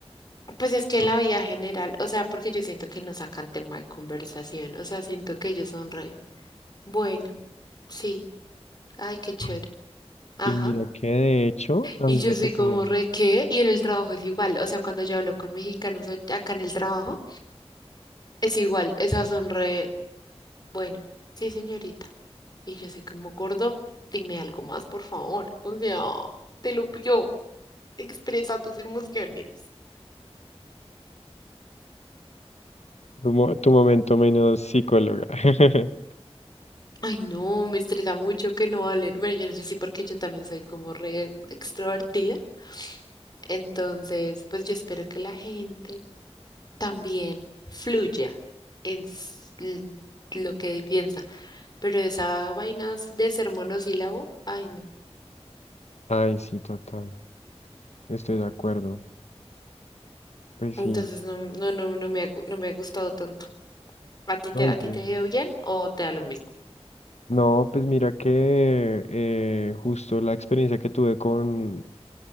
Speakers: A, on the left; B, on the left.
A: Pues es que
B: ¿Por
A: en la vida general, o sea, porque yo siento que no sacan tema de conversación, o sea, siento que ellos son re, bueno, sí, ay, qué chévere,
B: qué?
A: ajá.
B: Y mira que de hecho a
A: Y
B: mí
A: yo
B: me
A: soy
B: tocó
A: como re, ¿qué? Y en el trabajo es igual, o sea, cuando yo hablo con mexicanos o- acá en el trabajo, es igual, esas son re, bueno, sí, señorita. Y yo soy como gordo, dime algo más, por favor, o sea, te lo pido, expresa tus emociones.
B: tu, mo- tu momento menos psicóloga. <laughs>
A: Ay, no, me estresa mucho que no hablen. Bueno, yo no sé si porque yo también soy como re extrovertida. Entonces, pues yo espero que la gente también fluya en s- l- lo que piensa. Pero esa vaina de ser monosílabo, ay, no.
B: Ay, sí, total. Estoy de acuerdo. Pues
A: Entonces,
B: sí.
A: no, no, no, no me ha, gu- no me ha gustado tanto. ¿A ti te,
B: Ay,
A: a ti
B: yo-
A: te ha ido bien o te da lo mismo?
B: No, pues mira que eh, justo la experiencia que tuve con,